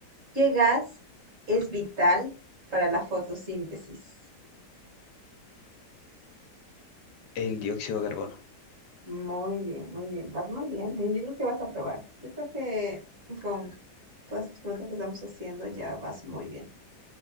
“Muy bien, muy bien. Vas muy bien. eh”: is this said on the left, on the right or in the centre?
Right